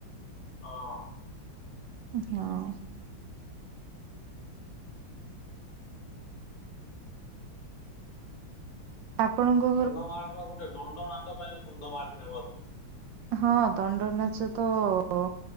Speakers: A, on the left; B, on the right.
A: ଅଁ
B: ହଁ ଆପଣଙ୍କୁ।
A: କନ୍ଧମାଳର ଗୋଟେ ଡ଼ଣ୍ଡ ନାଟ ପାଇଁ କନ୍ଧମାଳ ଫେମସ।
B: ହଁ ଦଣ୍ଡ ନାଚ ତ----ଅ